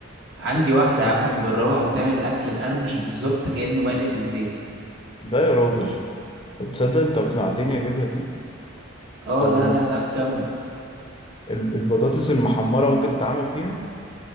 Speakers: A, on the right; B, on the left.
A: عندي واحدة يا عم مجربها وبتعمل اكل مقرمش بالظبط كأنه مقلي في الزيت
B: لا يا راجل طب تصدق انت اقنعتني اجيبها دي
A: اه
B: طب
A: لا لا لا جامدة
B: والبطاطس المحمرة ممكن تتعمل فيها